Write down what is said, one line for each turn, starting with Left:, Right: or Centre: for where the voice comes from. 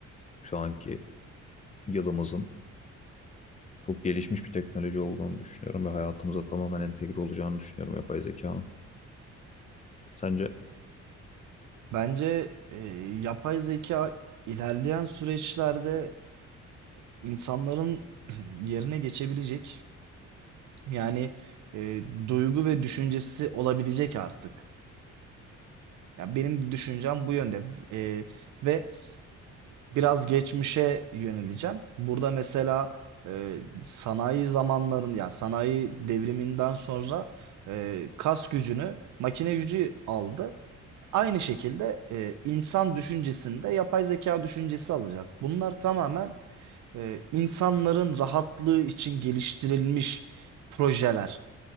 Left: Şu anki yılımızın çok gelişmiş bir teknoloji olduğunu düşünüyorum ve hayatımıza tamamen entegre olacağını düşünüyorum yapay zekanın. Sence
Right: Bence e, yapay zeka ilerleyen süreçlerde insanların <clears throat> yerine geçebilecek. Yani e, duygu ve düşüncesi olabilecek artık. Ya benim düşüncem bu yönde. E, ve biraz geçmişe yöneleceğim. Burada mesela e, sanayi zamanların yani sanayi devriminden sonra e, kas gücünü makine gücü aldı. Aynı şekilde e, insan düşüncesinde yapay zeka düşüncesi alacak. Bunlar tamamen e, insanların rahatlığı için geliştirilmiş projeler